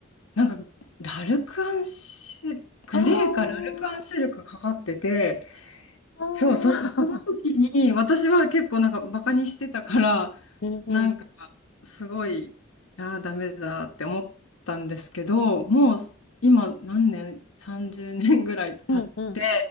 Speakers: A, on the left; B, on the left.
A: なんか、ラルクアンシェル、グレーかラルクアンシェルかかかってて、
B: あーあー
A: そう、それ、その時に、私は結構なんかバカにしてたから、
B: <laughs>。うんうん。
A: なんか、すごい、ああ、ダメだって思ったんですけど、もう、今、何年、30年ぐらい経って、
B: うんうん。